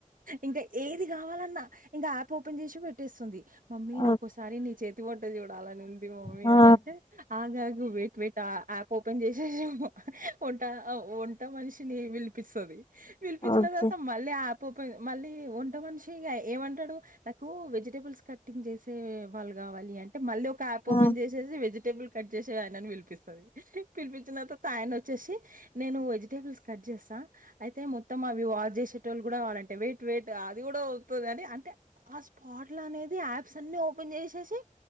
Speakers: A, on the right (about 75°); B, on the left (about 40°).
A: ఇంకా ఏది కావాలన్నా ఇంకా యాప్ ఓపెన్ చేసి పెట్టేస్తుంది మమ్మీ
B: ఓ-
A: ఒక్కోసారి నీ చే వంట చూడాలని ఉంది మమ్మీ
B: ఆ
A: అని అంటే ఆగాగు వెయిట్ వెయిట్ ఆ యాప్ ఓపెన్ చేసేసి వంట వంట మనిషిని పిలిపిస్తది పిలిపించిన
B: ఓకే
A: తర్వాత మళ్ళీ అప్ పోపి మళ్ళీ ఒంట మనిషి ఇగ ఏమంటాడు తు వెజిటేబుల్స్ కట్టింగ్ చేసే వాళ్ళు కావాలి అంటే మళ్ళీ ఒక యాప్ ఓపెన్
B: ఆ
A: చేసేసి వెజిటేబుల్ కట్ చేసి ఆయనని పిలిపిస్తది పిలిపించిన తర్వాత ఆయన వచ్చేసి నేను వెజిటేబుల్స్ కట్ చేస్తా ఆ అయితే మొత్తం అవి వాచ్ చేసేట వాళ్ళు కూడా కావాలంటే వెయిట్ వెయిట్ అది కూడా అవుతుంది అని అంటే ఆ స్పాట్ల అనేది యాప్స్ అన్ని ఓపెన్ చేసేసి